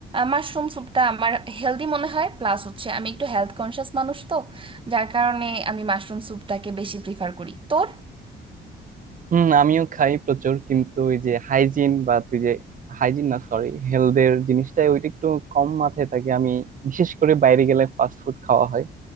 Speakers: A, on the right; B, on the right.
A: মাশরুম স্যুপটা আমার হেলদি মনে হয় প্লাস হচ্ছে আমি একটু হেলথ কনসিয়াস মানুষ তো যার কারণে আমি মাশরুম স্যুপটাকে বেশি প্রিফার করি তোর
B: হুম আমিও খাই প্রচুর কিন্তু ওই যে হাইজিন বা তুই যে হাইজিন না সরি হেলথের জিনিসটাই ওইটা একটু কম মাথায় থাকে আমি বিশেষ করে বাইরে গেলে ফাস্ট ফুড খাওয়া হয়